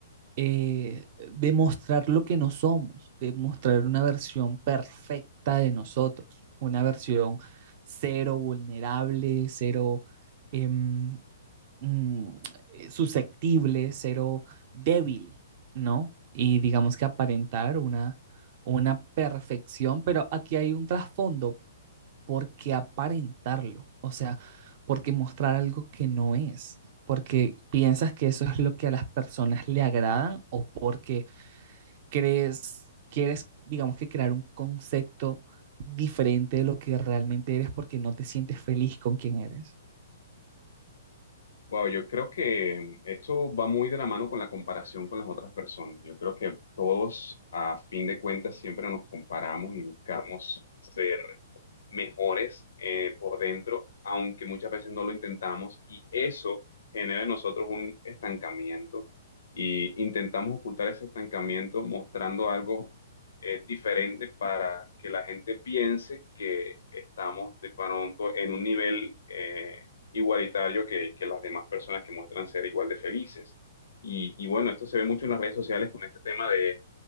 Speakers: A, on the right; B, on the left.
A: eh, de mostrar lo que no somos, de mostrar una versión perfecta de nosotros, una versión cero vulnerable, cero em, mm, eh, susceptible, cero débil, ¿no? Y digamos que aparentar una, una perfección, pero aquí hay un trasfondo, ¿por qué aparentarlo? O sea, ¿por qué mostrar algo que no es? ¿Porque piensas que eso es lo que a las personas le agradan o porque crees, quieres, digamos que crear un concepto diferente de lo que realmente eres porque no te sientes feliz con quien eres?
B: Wow, yo creo que esto va muy de la mano con la comparación con las otras personas. Yo creo que todos, a fin de cuentas, siempre nos comparamos y buscamos ser mejores eh, por dentro, aunque muchas veces no lo intentamos, y eso genera en nosotros un estancamiento. Y intentamos ocultar ese estancamiento mostrando algo eh, diferente para que la gente piense que estamos de pronto en un nivel. eh, igualitario que, que las demás personas que muestran ser igual de felices. Y, y bueno, esto se ve mucho en las redes sociales con este tema de